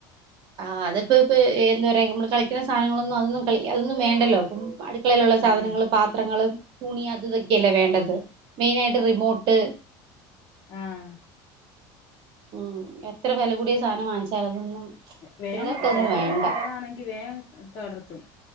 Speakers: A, on the right; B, on the left.
A: ആഹ് അതിപ്പപ്പോ എന്താ പറയാ നമ്മള് കളിക്കണ സാധനങ്ങളൊന്നും അതൊന്നും കളി അതൊന്നും വേണ്ടല്ലോ അപ്പം അട് ക്കളയിലുള്ള സാധനങ്ങള്
B: ആഹ്
A: പാത്രങ്ങളും തുണി അത് ഇതൊക്കെയല്ലേ വേണ്ടത് മെയിനായിട്ട് റിമോട്ട്
B: ആഹ
A: ഉം എത്ര വില കൂടിയ സാധനം വാങ്ങിച്ചാലും അതൊന്നും
B: വേ
A: പിള്ളേർക്കൊന്നും
B: ചില
A: വേണ്ട
B: കുട്ടികളാണെങ്കിൽ വേം കടർത്തും